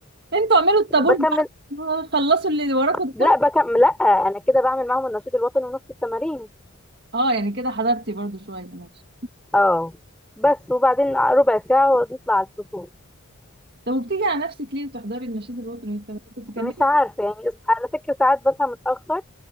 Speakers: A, on the right; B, in the centre.
A: انتوا اعملوا الطابور
B: بكمل
A: بقى، خلصوا اللي وراكوا ده
B: لا
A: كله
B: بكمل لا انا كده بعمل معاهم النشيد الوطني ونص التمارين
A: اه يعني كده حضرتي برضو شويه ماشي
B: اه بس وبعدين ربع ساعه ونطلع على الفصول
A: طب وبتيجي على نفسك ليه وتحضري النشيد الوطني والتمارين كنت كملي
B: مش عارفه يعني على فكره ساعات بصحى متاخر